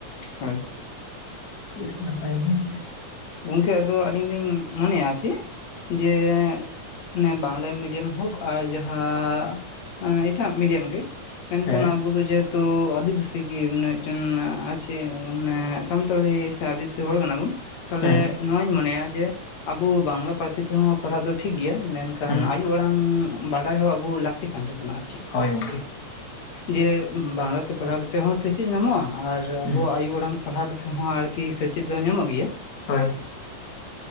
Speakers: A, on the left; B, on the left.
A: ᱦᱳᱭ ᱾
B: ᱵᱮᱥ ᱱᱟᱯᱟᱭ ᱜᱮ ᱾
A: ᱜᱚᱝᱠᱮ ᱟᱫᱚ ᱟᱹᱞᱤᱧ ᱞᱤᱧ ᱢᱚᱱᱮᱭᱟ ᱪᱮᱫ ᱡᱮ ᱢᱟᱱᱮ ᱵᱟᱝᱞᱟ ᱢᱤᱰᱤᱭᱟᱢ ᱦᱳᱠ ᱟᱨ ᱡᱟᱦᱟᱸ ᱮᱸ ᱮᱴᱟᱜ ᱢᱤᱰᱤᱭᱟᱢ ᱜᱮ ᱢᱮᱱᱠᱷᱟᱱ
B: ᱦᱮᱸ
A: ᱟᱵᱚ ᱫᱚ ᱡᱟᱹᱛ ᱛᱚ ᱟᱹᱫᱤᱵᱟᱹᱥᱤ ᱜᱮ ᱢᱟᱱᱮ ᱢᱤᱫᱴᱮᱱ ᱟᱨ ᱪᱮᱫ ᱢᱟᱱᱮ ᱥᱟᱱᱛᱟᱲᱤ ᱥᱮ ᱟᱹᱫᱤᱵᱟᱹᱥᱤ ᱦᱚᱲ ᱠᱟᱱᱟ ᱵᱚᱱ ᱾ ᱛᱟᱦᱞᱮ
B: ᱦᱮᱸ
A: ᱱᱚᱣᱟᱧ ᱢᱚᱱᱮᱭᱟ ᱡᱮ ᱟᱵᱚ ᱵᱟᱝᱞᱟ ᱯᱟᱹᱨᱥᱤ ᱛᱮᱦᱚᱸ ᱯᱟᱲᱦᱟᱜ ᱫᱚ ᱴᱷᱤᱠ ᱜᱮᱭᱟ ᱢᱮᱱᱠᱷᱟᱱ
B: ᱦᱮᱸ
A: ᱟᱭᱩ ᱟᱲᱟᱝ ᱵᱟᱰᱟᱭ ᱦᱚᱸ ᱟᱵᱚ ᱞᱟᱹᱠᱛᱤ ᱠᱟᱱ ᱛᱟᱵᱚᱱᱟ ᱾
B: ᱦᱳᱭ ᱜᱚᱝᱠᱮ ᱾
A: ᱡᱮ ᱵᱟᱝᱞᱟᱛᱮ ᱯᱟᱲᱦᱟᱣ ᱠᱟᱛᱮ ᱦᱚᱸ ᱥᱮᱪᱮᱫ ᱧᱟᱢᱚᱜᱼᱟ ᱟᱨ ᱟᱵᱚᱣᱟᱜ
B: ᱦᱩᱸ
A: ᱟᱭᱳ ᱟᱲᱟᱝ ᱯᱟᱲᱦᱟᱣ ᱠᱟᱛ ᱱᱤᱛᱚᱜ ᱦᱚᱸ ᱟᱨᱠᱤ ᱥᱮᱪᱮᱫ ᱫᱚ ᱧᱟᱢᱚᱜ ᱜᱮᱭᱟ᱾
B: ᱦᱚᱭ᱾